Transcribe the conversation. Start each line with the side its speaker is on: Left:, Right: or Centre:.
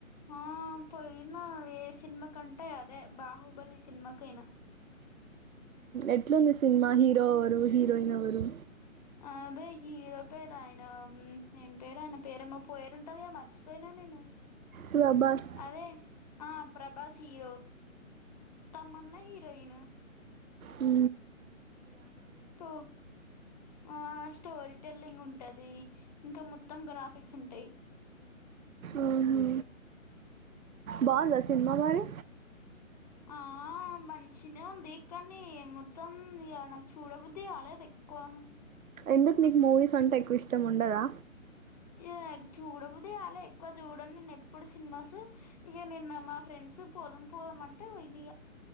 Left: ఆ పోయినా ఏ సినిమా కంటా అదే బాహు బ్బల్లి సినిమాకైయినా
Right: ఎట్లాంది సినిమా హీరో ఎవరు హీరోయిన్ ఎవరు
Left: అదే హీరో పేరు ఆయన ఏం పేరు ఆయన పేరమ్మ పేరుంటంది మర్చి పోయినా నేను.
Right: ప్రభాస్
Left: అదే ఆ ప్రభాస్ హీరో తమన్నా హీరోయిన.
Right: ఊ
Left: స్టో ఆ స్టోరీ టెల్లింగ్ ఉంటదీ. ఇంకా ముద్ మొత్తం గ్రాఫిక్స్ ఉంటయి.
Right: ఆహా బాగుందా సినిమా మరి.
Left: ఆ మంచినే ఉంది కానీ మొత్తం గా. నాక్ చూడబుద్దికాలే దగ్గ్ పోదాం
Right: ఎందుకు నీకు మూవీస్ అంటే ఎక్కువ ఇష్టం ఉండదా.
Left: ఇగ చూడబుద్ది గాలే ఎక్కువ చూడన్ నేన్ ఎప్పుడూ సినిమాసూ. ఇగ నిన్న మా ఫ్రెండ్స్ పోదాం పోదాం అంటే పొయినిగా.